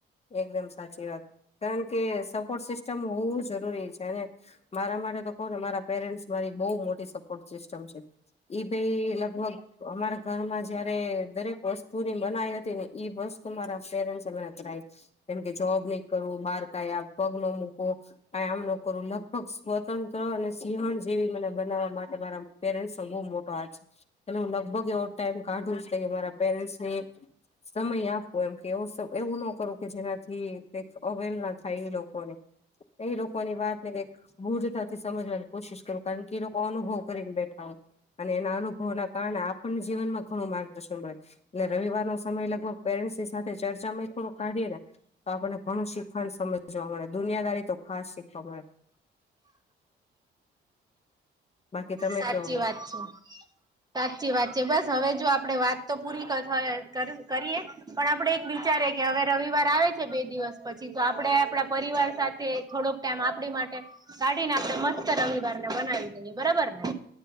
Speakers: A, on the left; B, on the right.
A: એકદમ સાચી વાત કારણ કે સપોર્ટ સિસ્ટમ હોવું જરૂરી છે અને મારા માટે તો કોણ ને મારા પેરેન્ટ્સ મારી બહ મોટી સપોર્ટ સિસ્ટમ છે. ઈ ભાઈ લગભગ અમારા ઘરમાં જયારે દરેક વસ્તુની મનાઈ હતી ને ઈ વસ્તુ મારા પેરેન્ટસ એમરા કરાઈ કેમકે જોબ નઈ કરવું બાર કઈ પગ ના મૂકો. આ આમ ન કરુ લગભગ સ્વતંત્ર અને સિંહણ જેવી મને બનાવવા માટે મારા પેરેન્ટ્સ બહુ મોટો હાથ છે. એટલે હું લગભગ એવો ટાઈમ કાઢું કે મારા પેરેન્ટ ને સમય આપ પરખે એવું સો એવું ન કરો કે જેનાથી કઈક અવેલ ના થાય એ લોકોને. એ લોકોની વાત ને કઈક ભૂરતાથી સમજવાની કોશિશ કરું કારણ કે એ લોકો અનુભવ કરીને બેઠા હો અને એના અનુભવો ના કારણે આપણને જીનમાં ઘણું માર્ગદર્શન મળે. એટલે રવિવારનો સમય લગભગ પેરેન્ટ્સની સાથે ચર્ચામાંય થડો ને તો આપણને ઘણું શીખવાનું સમજવા મળે દુનિયાદારી તો ખાસ શીખવા મળે. બાકી તમે
B: સાચી
A: કયો હવે
B: વાત છે. સાચી વાત છે. બસ હવે જો આપડે વાત તો પૂરી કથ કર કરીએ? પણ આપડે એક વિચારે કે હવે રવિવાર આવે છે બે દિવસ પછી, તો આપડે આપણા પરિવાર સાથે થોડોક ટાઈમ આપડી માટે કાઢીને આપડે મસ્ત રવિવારને બનાવી દઈએ, બરાબર ને?